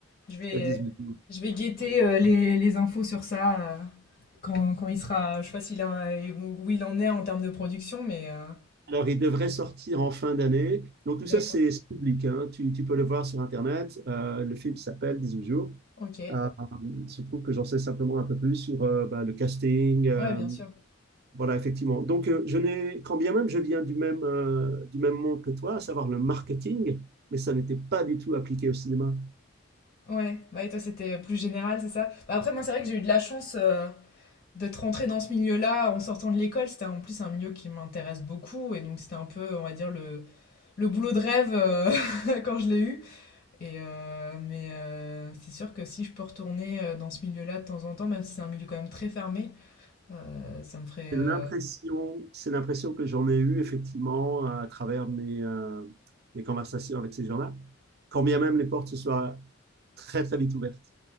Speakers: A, on the left (about 50°); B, on the right (about 55°).
A: Je vais,
B: 18.
A: je vais guetter euh, les, les infos sur ça euh, quand, quand il sera. Je sais pas s'il a, où où il en est en termes de production, mais euh,
B: Alors, il devrait sortir en fin d'année. Donc, tout ça,
A: d'accord.
B: c'est c'est public. hein. Tu, tu peux le voir sur Internet. Euh, le film s'appelle 18 jours.
A: Ok.
B: Euh, il se trouve que j'en sais simplement un peu plus sur euh, bah, le casting. euh,
A: Ouais, bien sûr.
B: voilà, effectivement. Donc, euh, je n'ai, quand bien même je viens du même, euh, du même monde que toi, à savoir le marketing, mais ça n'était pas du tout appliqué au cinéma.
A: Ouais. Bah, et toi, c'était plus général, c'est ça? Bah, après, moi, c'est vrai que j'ai eu de la chance. euh, d'être rentrée dans ce milieu-là en sortant de l'école, c'était en plus un milieu qui m'intéresse beaucoup et donc c'était un peu, on va dire, le, le boulot de rêve euh, <laughs> quand je l'ai eu. Et euh, mais euh, c'est sûr que si je peux retourner euh, dans ce milieu-là de temps en temps, même si c'est un milieu quand même très fermé, euh, ça me ferait,
B: C'est
A: euh,
B: l'impression, c'est l'impression que j'en ai eue, effectivement, à travers mes, euh, mes conversations avec ces gens-là, quand bien même les portes se soient très, très vite ouvertes.